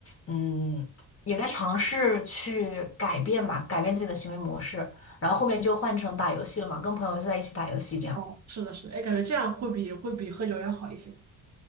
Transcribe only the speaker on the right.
哦，是的，是的，哎，感觉这样会比会比喝酒要好一些。